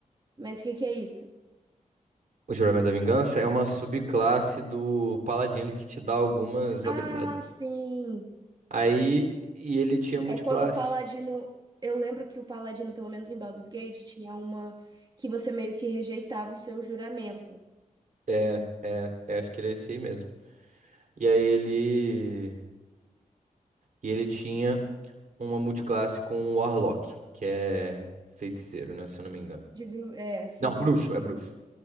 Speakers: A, on the right; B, on the right.
A: Mas o que que é isso?
B: O Juramento da Vingança é uma subclasse do Paladino que te dá algumas
A: Ah,
B: habilidades.
A: sim!
B: Aí, e ele tinha multiclasse.
A: É quando o Paladino. Eu lembro que o Paladino, pelo menos em Baldur's Gate, tinha uma que você meio que rejeitava o seu juramento.
B: É, é, é, acho que era esse aí mesmo. E aí ele, e ele tinha uma multiclasse com o Warlock, que é feiticeiro, né, se eu não me engano.
A: De bru... É, assim.
B: Não, bruxo, é bruxo,